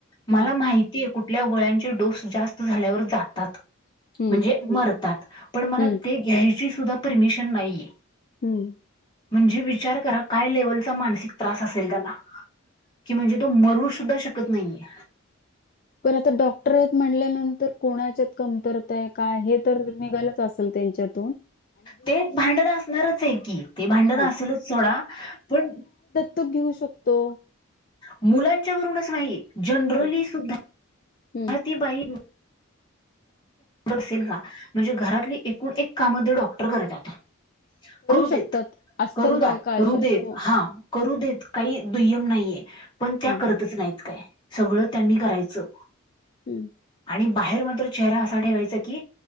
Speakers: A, on the left; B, on the left.
A: हम्म
B: मला माहिती कुठल्या गोळ्यां घेतल्यावर डोस जास्त झाल्यावर जातात.
A: हम्म
B: म्हणजे मरतात पण मला
A: हम्म
B: ते घ्यायच. ची सुधा परमिशन नाहीय.
A: हम्म
B: म्हणजे विचार करा- काय लेवलचा मानसिक त्रास असेल त्याला की म्हणजे तो मरू सुद्धा शकत नाहीे.
A: पण आता डॉक्टर आहेत म्हटल्यानंतर कोणाच्यात कमतरता आहे काय हे तर निघालच असेल त्यांच्यात.
B: ते भांडण असणारच आहे की ते भांडण
A: हा
B: असेलच थोडा पण
A: त घेऊ शकतो.
B: मुलांच्या वरूनच नाही. जनरली
A: ह
B: सुद्धा
A: हम्म
B: ती बाई असेल का म्हणजे घरातली एकूण एक काममध्ये डॉक्टर करततात. करू
A: शकतात
B: देत
A: असतात
B: करू दात
A: बायका अशा
B: करू देत
A: हो
B: हा. करू देत काही दुय्यम नाहीये पण त्या
A: हम्म
B: करतच नाहीत काय? सगळं त्यांनी करायचं
A: हम्म
B: आणि बाहेर मात्र चेहरा अस ठेवायच की